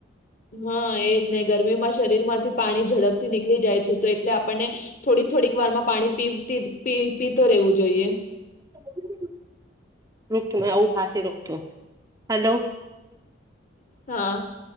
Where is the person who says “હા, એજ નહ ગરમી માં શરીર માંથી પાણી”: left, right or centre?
Left